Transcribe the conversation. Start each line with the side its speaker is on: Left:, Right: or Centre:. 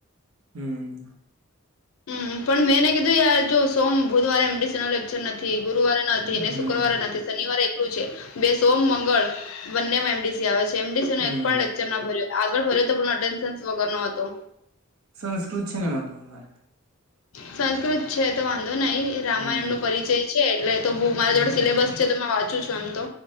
Right: હમ.
Left: હમ પણ મેંને કીધું યાર જો સોમ બુધવારે એમ. નથી ગુરુવારે નથી
Right: હમ
Left: ને શુક્રવારે નથી શનિવારે. બે સોમ મંગળ બંને એમડીસી આવે છે એમડીસી
Right: હમ
Left: નો એક પણ લેક. ચર ભર્યો આગળ ભર્યો તો એટેન્ડન્સ વગર નો હતો.
Right: સંસ્કૃત સિનેમા તો. તમારે
Left: સંસ્કૃત છે તો વાંધો નહી રામાયણ
Right: હમ
Left: નો પરિચય છે એટલે તો બ મારા
Right: હમ
Left: જોડે સિલેબસ. જે તમે વાંચું છો આમ તો.